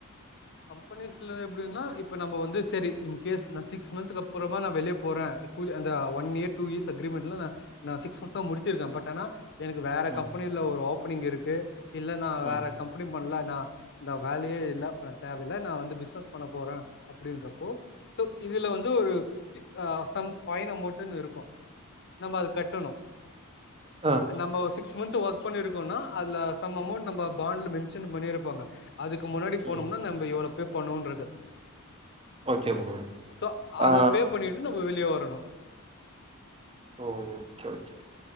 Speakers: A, on the left; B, on the right.
A: கம்பெனிஸ்ல எப்டின்னா இப்ப நம்ம வந்து சரி இ கேஸ் நா சிக்ஸ் மந்த்ஸ்க்கு அப்பறமா நா வெளிய போற குள்ளே அந்த ஒன் இயர் டூ இயர் அக்ரிமெண்ட்ல ந நா சிக்ஸ் மந்த் தா முடிச்சிருக்க பட் ஆனா எனக்கு வேற
B: ம்
A: கம்பெனியில ஒரு ஓபனிங் இருக்கு இல்ல நா
B: ம்
A: வேற கம்பெனி பண்ல நா இந்தா வேலையே இல்ல தேவையில்ல நா வந்து பிஸ்னஸ் பண்ண போற அப்படின்றப்போ சோ இதுல வந்து ஒரு அ சம் ஃபைன் அமௌண்ட்ன்னு இருக்கு நம்ப அத கட்டணு
B: அ
A: நம்ப சிக்ஸ் மந்த்ஸ் ஒர்க் பண்ணிருக்கோனா அதுல சம் அமௌண்ட் நம்ம பாண்ட்ல மென்ஷன் பண்ணிருப்பாங்க அதுக்கு முன்னாடி போனோம்னா
B: ம்
A: நம்ப இவ்ளோ பே பண்ணோன்றது
B: ஓகே ப்ரோ
A: சோ
B: ஆ
A: அத பே பண்ணிட்டு நம்ம வெளிய வரணு
B: ஓ ஓகே ஓகே